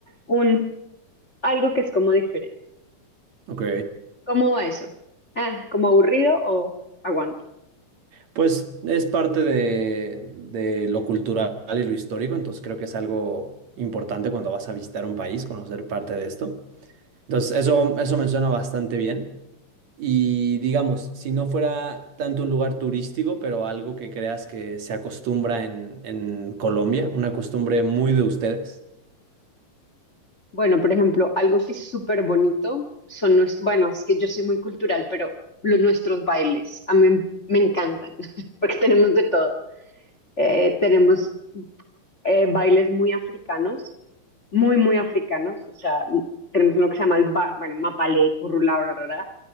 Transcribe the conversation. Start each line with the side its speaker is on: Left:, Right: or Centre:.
Left: un, algo que es como diferente.
Right: Ok.
Left: ¿Cómo va eso? Ah, ¿como aburrido o aguanto?
Right: Pues es parte de, de lo cultural y lo histórico, entonces creo que es algo importante cuando vas a visitar un país, conocer parte de esto. Entonces, eso, eso me suena bastante bien. Y digamos, si no fuera tanto un lugar turístico, pero algo que creas que se acostumbra en, en Colombia, una costumbre muy de ustedes,
Left: Bueno, por ejemplo, algo que es súper bonito son nuestros, bueno, es que yo soy muy cultural, pero los nuestros bailes a mí me encantan <laughs> porque tenemos de todo. Eh, tenemos eh, bailes muy africanos, muy, muy africanos. O sea, tenemos uno que se llama el ba- bueno, mapalé, currulá, bla, bla, bla,